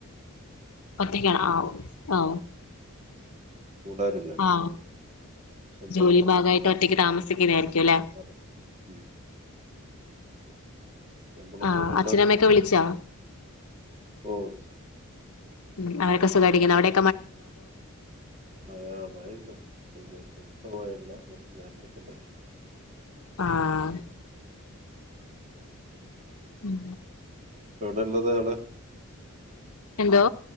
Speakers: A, on the left; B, on the right.
A: ഒറ്റക്കാണോ ആ ആ
B: കൂടെ ആരുമില്ല
A: ആഹ്
B: ഇവിടെ സ്വന്തമായിട്ട്
A: ജോലി ഭാഗമായിട്ട് ഒറ്റയ്ക്ക് താമസിക്കുന്നായിും ക്കും ലേ
B: അതെ ഉം. നമ്മളിപ്പോ
A: ആഹ്
B: ഇവിടെയുള്ള
A: അച്ഛനമ്മയൊക്കെ വിളിച്ചാ
B: ഓ ശരി
A: ഉം അവരൊക്കെ സുഖായിട്ടിരിക്കുന്നു അവിടെ
B: മഴ മഴയുണ്ട് പ്പോൾ മഴയില്ല കൊറച്ച് നേരത്തെ ഉണ്ടായിനി
A: ആഹ് ഉം
B: എവിടെള്ളതാണ്
A: എന്തോ